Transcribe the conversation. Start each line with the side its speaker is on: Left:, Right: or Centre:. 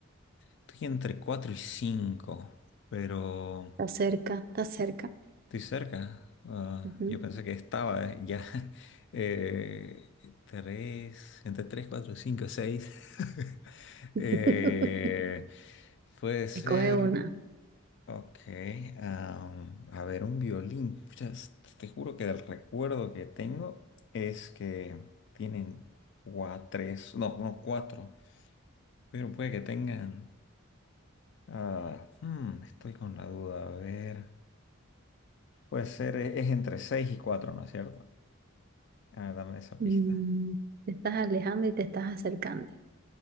Left: estoy entre 4 y 5, pero...
Right: Está cerca, está cerca.
Left: Estoy cerca. Ah,
Right: Ujú.
Left: yo pensé que estaba eh, ya. <laughs> Eh, tres, entre tres, cuatro, cinco, seis. <laughs>
Right: <laughs>
Left: Eh, puede ser.
Right: Escoge una.
Left: Ok. am, a ver, un violín. Pucha, s- te juro que el recuerdo que tengo es que tienen cuatro, tres, no, no, cuatro. Pero puede que tengan. ah, hmm, estoy con la duda. A ver. Puede ser, eh, es entre seis y cuatro, ¿no es cierto? Ah, dame esa
Right: Mm,
Left: pista.
Right: te estás alejando y te estás acercando.